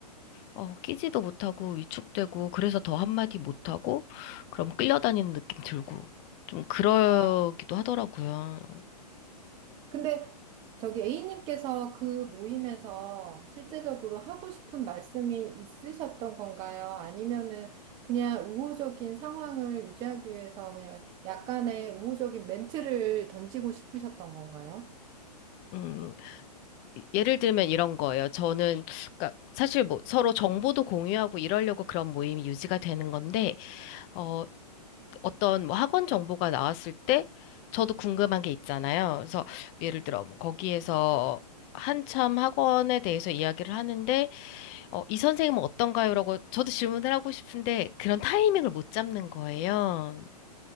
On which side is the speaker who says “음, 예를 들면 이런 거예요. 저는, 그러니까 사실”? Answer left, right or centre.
Left